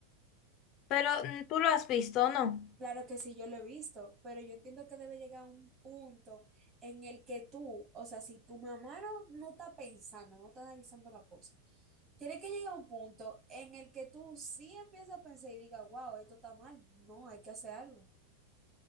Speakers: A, on the left; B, on the right.
A: Pero mm, tú lo has visto, ¿no?
B: Claro que sí, yo lo he visto, pero yo entiendo que debe llegar a un punto en el que tú, o sea, si tu mamá no, no está pensando, no está analizando la cosa, tiene que llegar a un punto en el que tú sí empiezas a pensar y digas, wow, esto está mal, no, hay que hacer algo.